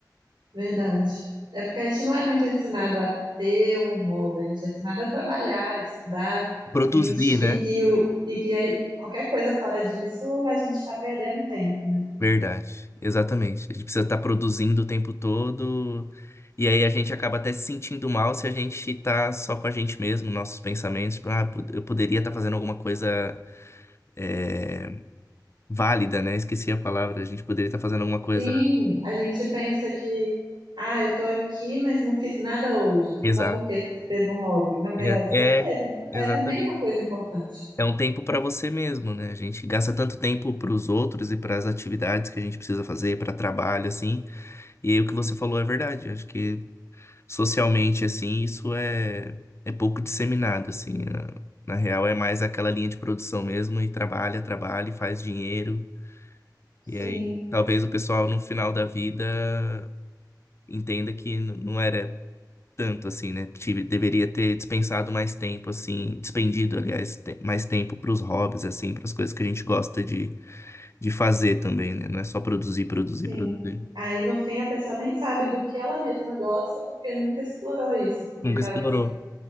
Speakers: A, on the right; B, on the left.
A: Verdade. É porque a gente não é muito ensinado a ter um hobby, a gente é ensinado a trabalhar, a estudar,
B: Produzir,
A: a gente,
B: né?
A: e que, o- e que aí qualquer coisa fora disso a gente está perdendo tempo, né?
B: Verdade, exatamente. A gente precisa estar produzindo o tempo todo, e aí a gente acaba até se sentindo mal se a gente tá só com a gente mesmo, nossos pensamentos, tipo, ah, po- eu poderia estar fazendo alguma coisa é, válida, né? Esqueci a palavra, a gente poderia estar fazendo alguma coisa.
A: Sim, a gente pensa que, ah, eu tô aqui, mas não fiz nada hoje,
B: Exato.
A: só porque você fez um hobby. Na verdade,
B: E É,
A: você fez.
B: é, exatamente.
A: É também uma coisa importante.
B: É um tempo para você mesmo, né? A gente gasta tanto tempo para os outros e para as atividades que a gente precisa fazer, para trabalho, assim. E aí o que você falou é verdade. Acho que socialmente assim, isso é é pouco disseminado assim. Na, na real é mais aquela linha de produção mesmo e trabalha, trabalha e faz dinheiro.
A: Sim,
B: E aí talvez o pessoal no final da vida entenda que n- não era tanto assim, né? Tive- Deveria ter dispensado mais tempo assim, despendido, aliás, te- mais tempo para os hobbies assim, para as coisas que a gente gosta de de fazer também, né? Não é só produzir, produzir,
A: sim.
B: produzir.
A: Aí no fim a pessoa nem sabe do que ela mesma gosta porque nunca explorou isso, porque
B: Nunca
A: estava
B: explorou.